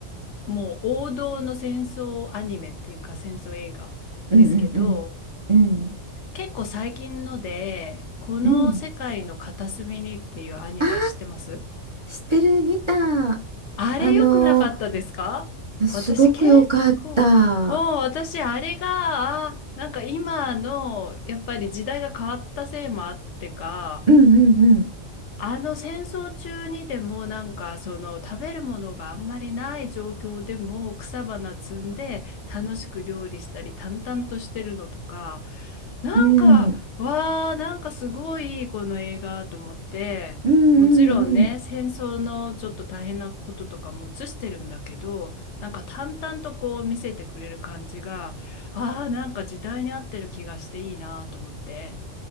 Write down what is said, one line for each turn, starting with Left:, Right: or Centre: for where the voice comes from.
Left: もう王道の戦争アニメっていうか戦争映画ですけど、
Right: うんうんうん。うん。
Left: 結構最近ので、この世界の片隅にっていうアニメ知ってます
Right: うん。ああ、知ってる、見た。
Left: あれ良くなかったですか私結構、
Right: あのすごく良かった。
Left: もう私あれが、あ、なんか今のやっぱり時代が変わったせいもあってか、
Right: うんうん
Left: あの戦争中にでもなんかその食べるものがあんまりない状況でも草花摘んで楽しく料理したり淡々としてるのとかなんかわーなんかすごいこの映画と思ってもちろんね戦争のちょっと大変なこととかも映してるんだけどなんか淡々とこう見せてくれる感じがあーなんか時代に合ってる気がしていいなと思って。
Right: うん。うん。うんうんうん。